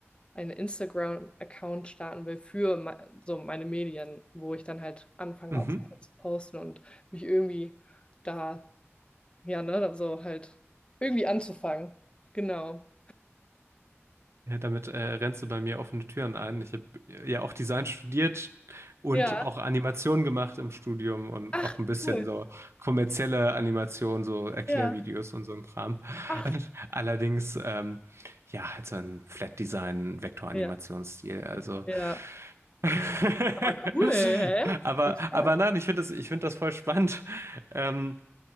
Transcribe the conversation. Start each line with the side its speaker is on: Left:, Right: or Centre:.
Left: einen Instagram-Account starten will für me so meine Medien, wo ich dann halt anfange,
Right: Mhm.
Left: auch Sachen zu posten und mich irgendwie da ja, ne, also halt irgendwie anzufangen. Genau.
Right: Ja, damit äh, rennst du bei mir offene Türen ein. Ich habe ja auch Design studiert und
Left: Ja.
Right: auch Animationen gemacht im Studium und
Left: Ach,
Right: auch ein bisschen
Left: cool.
Right: so kommerzielle Animationen, so Erklärvideos
Left: Ja.
Right: und so ein Kram.
Left: Ach,
Right: <laughs> Allerdings, ähm, ja, halt so ein Flat Design Vektoranimationsstil.
Left: ja,
Right: Also,
Left: ja.
Right: <laughs>
Left: Aber cool, hä?
Right: aber,
Left: Voll stark.
Right: aber nein, ich finde das, ich finde das voll spannend. Ähm,